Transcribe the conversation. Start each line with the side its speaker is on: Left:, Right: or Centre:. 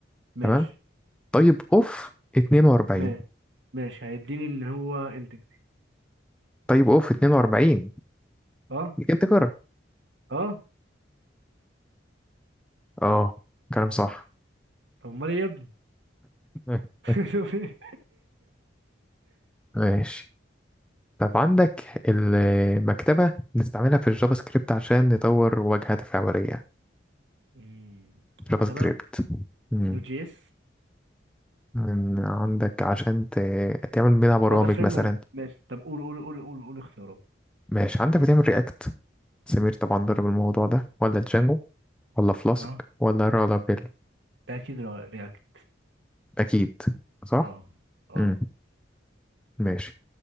Right: ماشي
Centre: تمام طيب اوف 42
Right: ماشي ماشي هيديني ان هو انتجر
Centre: طيب اوف 42
Right: اه
Centre: دي كانت تكرر
Right: اه
Centre: اه كلام صح
Right: طب امال ايه يا ابني
Centre: <laughs>
Right: <laughs> شوف إيه؟
Centre: ماشي طب عندك المكتبة بنستعملها في الجافا سكريبت عشان نطور واجهة تفاعلية
Right: مم.
Centre: جافا
Right: مكتبه
Centre: سكريبت مم.
Right: نود جي اس
Centre: من- عندك عشان ت... تعمل منها برامج
Right: لا ده فريم
Centre: مثلا
Right: ورك ماشي طب قول قول قول قول قول اختيارات
Centre: ماشي عندك بتعمل رياكت سمير طبعا ضرب الموضوع ده ولا جانجو ولا فلاسك
Right: اه
Centre: ولا رالابيل
Right: ده اكيد ري- رياكت
Centre: اكيد صح
Right: اه اه
Centre: امم ماشي